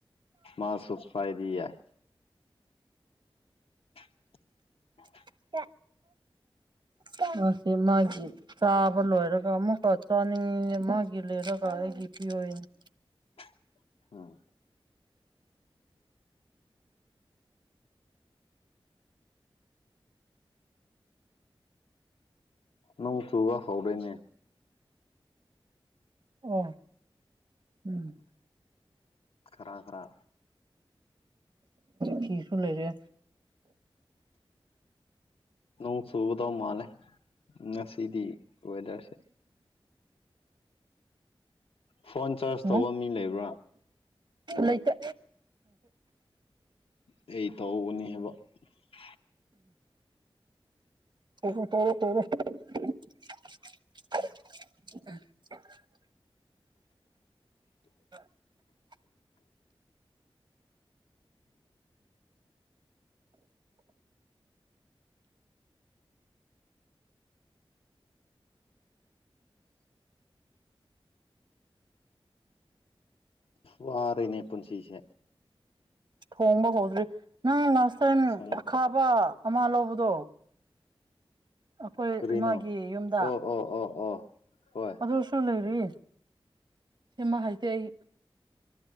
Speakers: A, on the left; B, on the right.
A: ꯃꯥꯁꯨ ꯈꯥꯏꯗꯤ ꯌꯥꯏ <unintelligible>
B: <unintelligible> ꯃꯁꯤꯁꯤ ꯃꯥꯒꯤ ꯆꯥꯕ ꯂꯣꯏꯔꯒ ꯑꯃꯨꯛꯀ ꯆꯅꯤ ꯃꯥꯒꯤ ꯂꯩꯔꯒ <unintelligible>
A: <inaudible> ꯎꯝ ꯅꯣꯡ ꯆꯨꯕꯥ ꯍꯧꯔꯦꯅꯦ
B: ꯑꯣ ꯎꯝ
A: ꯈꯔ ꯈꯔ
B: ꯐꯤꯁꯨ ꯂꯩꯔꯦ
A: ꯅꯣꯡ ꯆꯨꯗꯧ ꯃꯥꯂꯦ ꯉꯁꯤꯗꯤ ꯋꯦꯗꯔꯁꯦ ꯐꯣꯟ ꯆꯥꯔꯖ
B: ꯎꯝ
A: ꯇꯧꯕ ꯃꯤ ꯂꯩꯕ꯭ꯔꯥ
B: ꯂꯩꯇꯦ
A: ꯑꯩ <unintelligible>
B: ꯎꯝ ꯇꯔꯦ ꯇꯔꯦ <unintelligible> <unintelligible>
A: ꯋꯥꯔꯦꯅꯦ ꯄꯨꯟꯁꯤꯁꯦ
B: ꯊꯣꯡꯕ ꯍꯧꯗ꯭ꯔꯤ ꯅꯪ ꯂꯥꯁ ꯇꯥꯏꯝ
A: ꯏꯟꯁꯥꯡ
B: ꯑꯈꯥꯕ ꯑꯃ ꯂꯧꯕꯗꯣ ꯑꯩꯈꯣꯏ
A: ꯀꯔꯤꯅꯣ
B: ꯏꯃꯥꯒꯤ ꯌꯨꯝꯗ
A: ꯑꯣ ꯑꯣ ꯑꯣ ꯑꯣ ꯍꯣꯏ
B: ꯑꯗꯨꯁꯨ ꯂꯩꯔꯤ ꯁꯤꯃ ꯍꯥꯏꯗꯤ ꯑꯩ